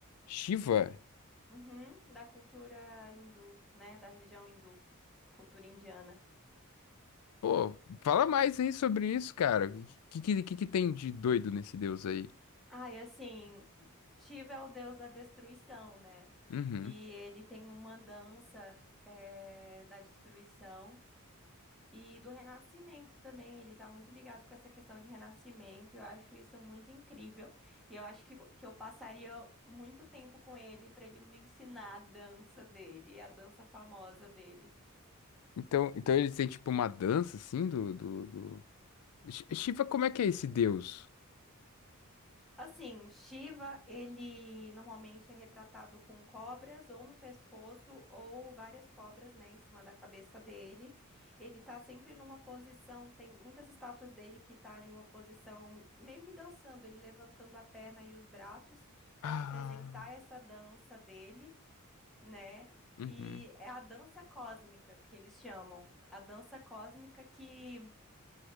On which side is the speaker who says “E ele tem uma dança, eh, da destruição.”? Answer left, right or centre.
Centre